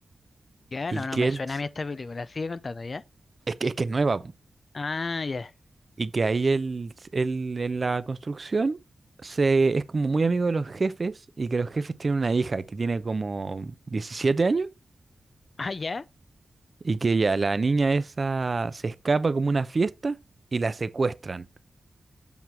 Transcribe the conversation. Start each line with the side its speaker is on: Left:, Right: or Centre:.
Left: ¿Ya?
Right: Y
Left: No, no
Right: que
Left: me
Right: él,
Left: suena
Right: ch-
Left: a mí esta película, sigue contando, ¿ya?
Right: es que es que es nueva. po.
Left: Ah, ya.
Right: Y que ahí él, él en la construcción se, es como muy amigo de los jefes y que los jefes tienen una hija que tiene como 17 años
Left: Ah, ya.
Right: y que ya la niña esa se escapa como una fiesta y la secuestran.